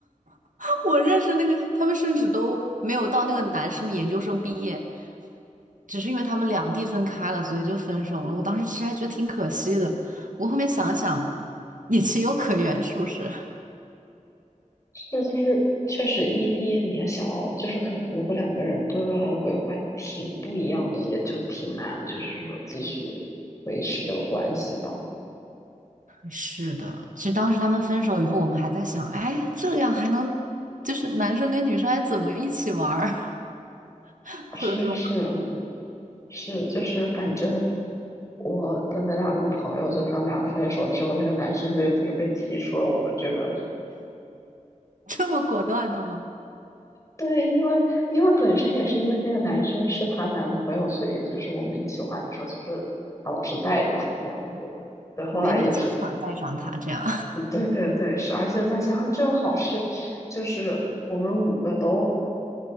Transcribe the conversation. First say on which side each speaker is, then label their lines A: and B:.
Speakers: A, on the right; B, on the left.
A: <laughs> 我认识那个，他们甚至都没有到那个男生的研究生毕业，只是因为他们两地分开了，所以就分手了。我当时其实还觉得挺可惜的，我后面想一想也情有可原，是不是？
B: <laughs> 那其实确实异地，你也想要，就是可能如果两个人对未来的规划挺不一样的，也就挺难，就是说继续维持这个关系吧。
A: 是的，其实当时他们分手以后，我们还在想，哎，这样还能就是男生跟女生还怎么一起玩儿 <laughs> 会有这种考虑，
B: 是是是，就是反正我的那两个朋友，就他们俩分手之后，那个男生就已经被踢出了我们这个
A: 这么果断的吗？
B: 对，因为因为本身也是因为那个男生是她男朋友，所以就是我们一起玩的时候，就是她老是带着他那样子。对，后来也是，
A: 勉勉强强带上他这样。
B: 嗯对对对，是，而且再加上正好是，就是我们五个都